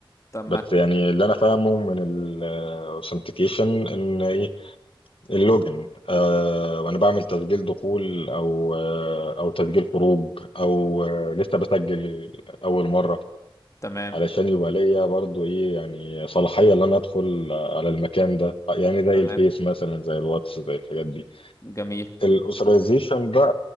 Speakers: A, on the left; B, on the left.
A: تمام
B: بس يعني اللي أنا فاهمه من الأوثنتيكيشن إن إيه اللوجن أه وأنا بعمل تسجيل دخول أو آه، أو تسجيل خروج أو آه، لسه بسجل أول مرة
A: تمام
B: علشان يبقى ليا برضو ايه يعني صلاحية ان انا ادخل على المكان ده يعني زي
A: تمام
B: الفيس مثلا زي الواتس زي الحاجات دي
A: جميل
B: الاوثرايزيشن بقى